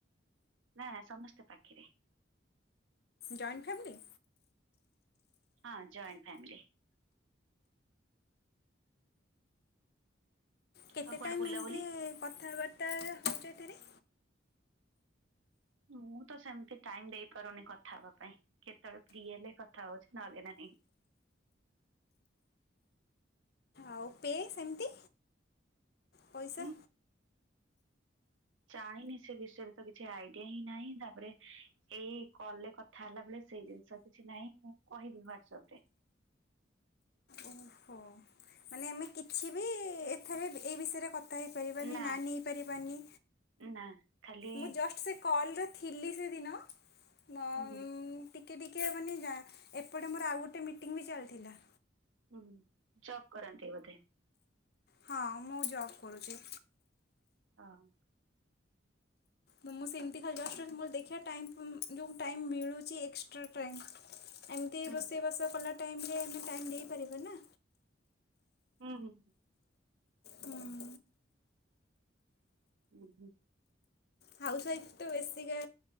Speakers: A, on the right; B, on the left.
A: ନା ସମସ୍ତେ ପାଖେରେ।
B: Joint family?
A: ହଁ ଜଏଣ୍ଟ ଫ୍ୟାମିଲି।
B: କେତେ
A: ଆଉ କୁଆଡେ
B: ଟାଇମ୍
A: ବୁଲାବୁଲି
B: ଏମିତି କଥାବାର୍ତ୍ତା ହେଉଛି ଏଥିରେ?
A: ମୁଁ ତ ସେମିତି ଟାଇମ୍ ଦେଇପାରୁନି କଥା ହେବା ପାଇଁ। କେତେବେଳେ ଫ୍ରି ହେଲେ କଥା ହଉଛି ନହେଲେ ନାହିଁ।
B: ଆଉ ପେ ସେମିତି ପଇସା
A: ଉଁ ଜାଣିନି ସେ ବିଷୟରେ ତ କିଛି ଆଇଡିଆ ହିଁ ନାହିଁ, ତାପରେ ଏଇ କଲଲେ କଥା ହେଲା ବେଳେ ସେଇ ଜିନିଷ କିଛି ନାହିଁ, ମୁଁ କହିବି ହୁଆଡସପ୍ ରେ।
B: ଓହୋ। ମାନେ ଆମେ କିଛି ବି ଏଥରେ ଏଇ ବିଷୟରେ କ କଥା ହେଇପାରିବା ନି
A: ନା
B: ନାନି ହେଇପାରିବା ନି
A: ନା ଖାଲି
B: ମୁ ଜଷ୍ଟ ସେ କଲ୍ ରେ ଥିଲି ସେଦିନ ଟିକେ
A: ହୁଁ
B: ଟିକେ ଟିକେ ମାନେ ଜାଆଁ ଏପଟେ ମୋର ଆଉ ଗୋଟେ ମିଟିଂ ବି ଚାଲିଥିଲା।
A: ହୁଁ ଜବ୍ କରନ୍ତି ବୋଧେ।
B: ହଁ ମୁଁ ଜବ୍ କରୁଛି।
A: ହଁ।
B: ତ ମୁଁ ସେମିତି ଖାଲି ଜଷ୍ଟ ମୋ ଦେଖିବା ଟାଇମ୍ ମୋ ଯୋଉ ଟାଇମ୍ ମିଳୁଛି ଏକ୍ସଟ୍ରା ଟାଇମ୍ ଏମିତି
A: ହୁଁ
B: ରୋଷେଇବାସ କଲା ଟାଇମ୍ ରେ ଆମେ ଟାଇମ୍ ଦେଇପାରିବା ନା?
A: ହୁଁ ହୁଁ।
B: ହୁଁ।
A: ହୁଁ ହୁଁ।
B: ହାଉସ୍ ୱାଇଫ୍ ତ ବେଶୀକା